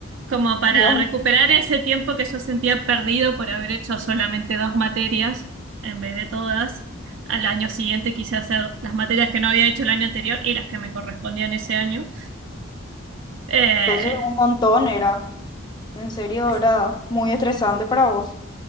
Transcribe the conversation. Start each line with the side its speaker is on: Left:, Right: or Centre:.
Right: como para
Left: Dios
Right: recuperar ese tiempo que yo sentía perdido por haber hecho solamente dos materias en vez de todas. Al año siguiente quise hacer las materias que no había hecho el año anterior y las que me correspondían ese año. Eh,
Left: Entonces, un montón era, en serio,
Right: es-
Left: era muy estresante para vos.